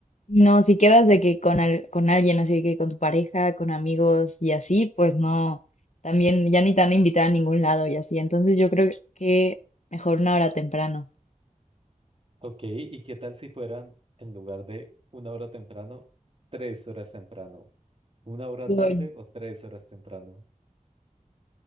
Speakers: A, on the left; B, on the right.
A: no, si quedas de que con, al- con alguien, así que con tu pareja, con amigos y así, pues no, también ya ni te van a invitar a ningún lado y así. Entonces yo creo que mejor una hora temprano.
B: Ok, ¿y qué tal si fueran en lugar de una hora temprano, tres horas temprano? ¿Una hora
A: Uy.
B: tarde o tres horas temprano?